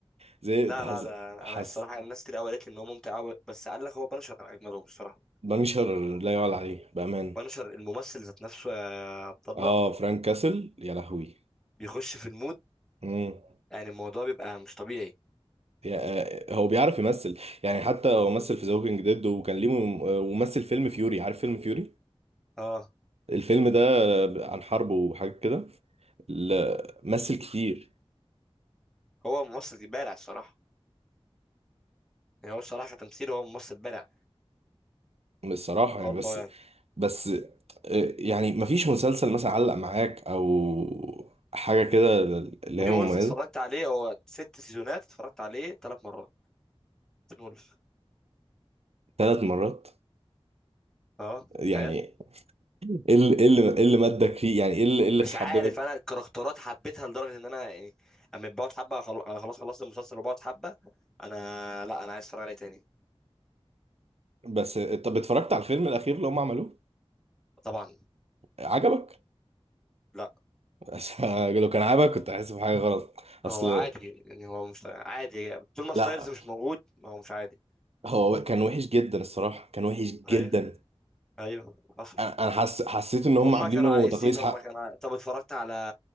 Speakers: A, on the right; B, in the centre.
A: زي
B: لا
A: حس
B: لا ده انا
A: حس
B: أنا الصراحه الناس كتير قوي قالت لي ان هو ممتع قوي بس قال لك هو بنشر اجمدهم الصراحه
A: بنشر لا يعلى عليه بامان
B: بنشر الممثل ذات نفسه يا عبد الله
A: اه فرانك كاسل يا لهوي
B: بيخش في المود
A: امم
B: يعني الموضوع بيبقى مش طبيعي
A: يا- آه، هو بيعرف يمثل يعني حتى هو مثل في ذا ووكينج ديد وكان ليه مم- آه، ومثل فيلم فيوري عارف فيلم فيوري
B: اه
A: الفيلم ده عن حرب وحاجات كده لا مثل كتير
B: هو ممثل بارع الصراحه يعني هو الصراحه كتمثيل هو ممثل بارع ما
A: الصراحة
B: شاء
A: يعني
B: الله
A: بس
B: يعني
A: بس آه، يعني مفيش مسلسل مثلا علق معاك او حاجه كده اللي هي
B: تين
A: مميزه
B: وولف اتفرجت عليه هو ست سيزونات اتفرجت عليه ثلاث مرات تين وولف
A: ثلاث مرات
B: اه
A: يعني
B: تخيل
A: ايه اللي إيه اللي إيه اللي مدك فيه يعني ايه اللي إيه اللي
B: مش
A: حببك
B: عارف انا الكاركترات حبيتها لدرجه ان انا يعني اما بقعد حبه خل... انا خلاص خلصت المسلسل وبقعد حبه انا لا انا عايز اتفرج عليه تاني
A: بس آه، طب اتفرجت على الفيلم الاخير اللي هم عملوه
B: طبعا
A: عجبك
B: لا
A: بس <laughs> لو كان عجبك كنت حاسس بحاجه غلط اصل
B: هو عادي يعني هو مش عادي طول ما
A: لا
B: ستايلز مش موجود ما هو مش عادي
A: هو كان وحش جدا الصراحه كان وحش جدا
B: ايوه ايوه حصل
A: انا أنا حس... حسيت ان هم
B: هما
A: عاملينه
B: كانوا عايزين
A: تقليص
B: هما
A: حق
B: كانوا عاي- طب اتفرجت على